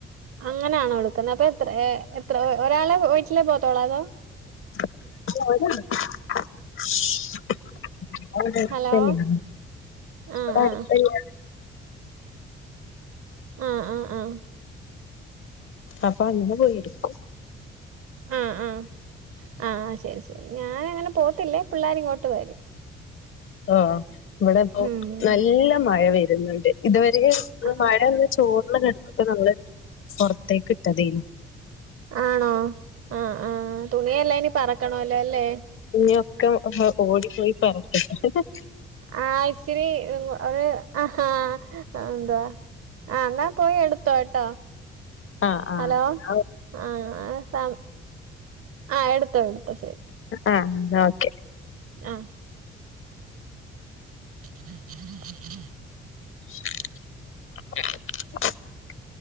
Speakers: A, on the right; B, on the left.
A: അങ്ങനെയാണോ എടുക്കുന്നെ അപ്പൊ എത്ര എത്ര ഒരാളെ വീട്ടിലേ പോത്തോളോ അതോ
B: അ അതാണ് <unintelligible> അത് അടുത്തെന്നെയാ
A: ഹലോ ആഹ് ആഹ് ആഹ് ആഹ് ആഹ്
B: അപ്പൊ അങ്ങനെ പോയി എടുക്കും
A: ആഹ് ആഹ് ആ ഹ് ശെരി ശെരി ഞാനങ്ങനെ പോത്തില്ല പിള്ളേരിങ്ങോട്ട് വരും
B: ആ ഇവിടെ ഇപ്പോ
A: ഉം
B: നല്ല മഴ വരുന്നുണ്ട് ഇതുവരെ
A: ആഹ്
B: മഴ ചോർന്ന് കിടന്നിട്ട് നമ്മള് പൊറത്തേക്ക് ഇട്ടതേനു
A: ആണോ ആഹ് ആഹ് തുണിയെല്ല ഇനി പറക്കണല്ലോ ല്ലേ
B: ഇഞ്ഞൊക്കെ ഓടിപ്പോയി പര്ത്തും
A: ആഹ് ഇച്ചിരി അവര് അഹാ എന്തുവാ ആഹ് ന്നാ പോയി എടുത്തോ എട്ടോ
B: ആഹ്
A: ഹലോ
B: ആഹ്
A: ആഹ് ആഹ് സാ ആഹ് ആഹ് എടുത്തോ എടുത്തോ ശെരി
B: ആഹ് ഓക്കെ
A: ആഹ് <inaudible>
B: <inaudible>